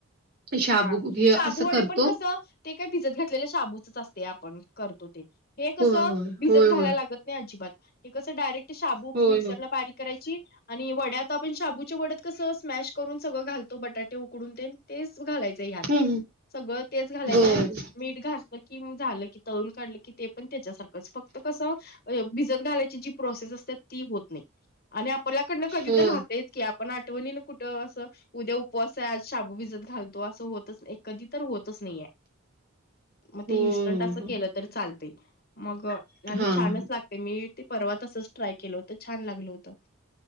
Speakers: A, on the right; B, on the left.
A: शाबू
B: हा.
A: हे
B: शाबू
A: असं
B: वडे
A: करतो.
B: पण कस ते काय भिजत घातलेले शाबूचच असते आपण करतो ते. हे कसं
A: होय, होय.
B: भिजत
A: होय, होय.
B: घालायला लागत -- नाही अजिबात. हे कसं डायरेक्ट शाबू
A: होय,
B: मिक्सरला
A: होय.
B: बारीक करायची आणि वड्या आता आपण शाबूचे वड्यात कसं स्मॅश करून सगळ घालतो बटाटे उकडून ते. तेच घालायचंय यात
A: हं, हं.
B: सगळं तेच घालायचंय
A: बरं.
B: मीठ घाल. की मग झालं की तळून काढलं की ते पण त्याच्यासारखंच फक्त कसं. भिजत घालायची जी प्रोसेस असत्या ती होत नाही. आणि आपल्याला ड कधी
A: होय.
B: तर राहतयंच की आपण आठवणी कुठं असं उद्या उपवास हाय आज शबू भिजत घालतो असं होतच एक. कधी तर होतच नाहीेयं. मग
A: होय,
B: ते इनस्टंट
A: होय,
B: असं
A: होय.
B: केलं तर चालतयं. मग आणि
A: हां.
B: छानच लागतयं. मी ते परवा तसच ट्राय केलं होत छान लागलं होतं.